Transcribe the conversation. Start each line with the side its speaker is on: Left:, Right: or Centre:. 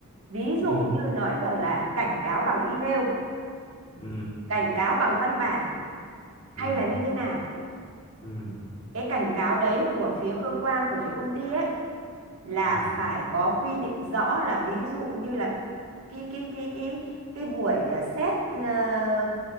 Right: ví dụ
Left: ừ
Right: như nói rằng là cảnh cáo bằng email
Left: ừ
Right: cảnh cáo bằng văn bản hay
Left: ừ
Right: là như thế nào
Left: ừ
Right: cái cảnh cáo đấy của phía cơ quan của phía công ty ấy là
Left: ừ
Right: phải có quy định rõ là ví dụ như là ờ, cái cái cái cái cái buổi à, xét à,